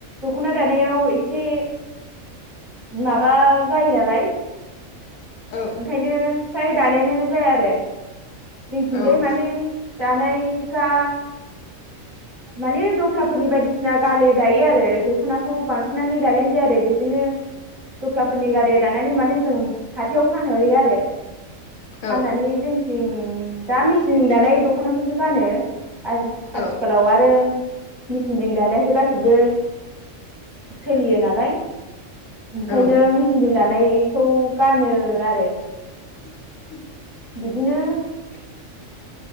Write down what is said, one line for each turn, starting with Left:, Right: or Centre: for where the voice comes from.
Right: दख'ना दानायाव एसे माबा जायो नालाय
Left: औ
Right: ओंखायनो फ्राय दानायानो जाया आरो जोंथिंजाय
Left: औ
Right: माने दानायफ्रा माने दफ्लाफोरनि बायदिसिना गालि दायो आरो दख'नाखौ बांसिनानो दानाय जाया आरो बेजोंनो दफ्ला- फोरनि गारिया दानानै माने जों हाथायाव फानहैयो आरो
Left: औ
Right: फाननानै जों- थिं दा मेचिन दानाय दख'नाखौसो गानो आजि
Left: औ
Right: आथिखालाव आरो मेचिनजों दानायासो गासिबो सोलियो नालाय ओंखायनो
Left: औ
Right: मेसिनजों दाना- नायखौ गानो आरो
Left: <inaudible>
Right: बिदिनो
Left: <inaudible>